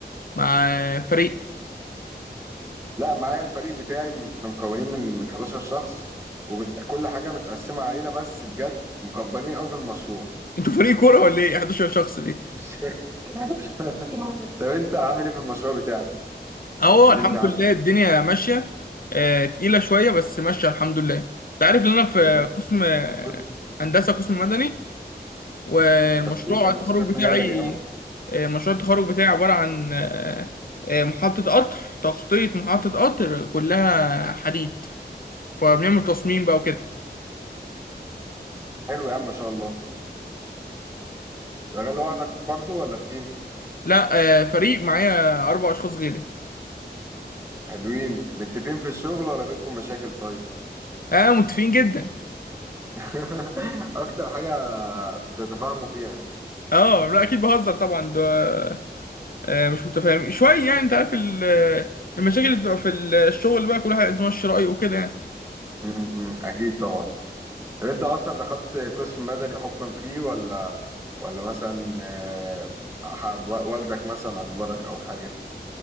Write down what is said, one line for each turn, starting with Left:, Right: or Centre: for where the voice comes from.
Left: مع فريق
Right: لا معايا الفريق بتاعي م- احنا مكونين من من 11 شخص وكل حاجه متقسمه علينا بس بجد مكبرين قوي في المشروع
Left: انتوا فريق كوره ولا ايه 11 شخص دي
Right: <laughs> طب انت عامل ايه في المشروع بتاعك
Left: اهو
Right: كلمني
Left: الحمد
Right: عنه
Left: لله الدنيا ماشيه آه تقيله شويه بس ماشيه الحمد لله انت عارف ان انا في
Right: انت
Left: قسم آه،
Right: في-
Left: هندسه قسم مدني والمشروع
Right: انت في كليه هندسه
Left: التخرج
Right: قسم
Left: بتاعي
Right: مدني اهو
Left: آه، مشروع التخرج بتاعي عبارة عن آه، آه، محطة قطر تخطيط محطة قطر كلها حديد فبنعمل تصميم بقى وكده
Right: حلو يا عم ما شاء الله شغال لوحدك برضو ولا في تيم
Left: لا آه، فريق معايا أربع أشخاص غيري
Right: حلوين متفقين في الشغل ولا بينكم مشاكل طيب
Left: اه متفقين جدا
Right: <laughs> اكتر حاجة بتتفاهموا فيها
Left: اه لا أكيد بهزر طبعا ده آه، مش متفاهم شوية يعني أنت عارف ال- آه، المشاكل اللي بتبقى في الشغل بقى كل واحد عايز يمشي رأيه وكده يعني
Right: م- م- اكيد طبعا طب انت اصلا دخلت قسم مدني حبا فيه ولا ولا مثلا آه، حب والدك مثلا اجبرك او حاجة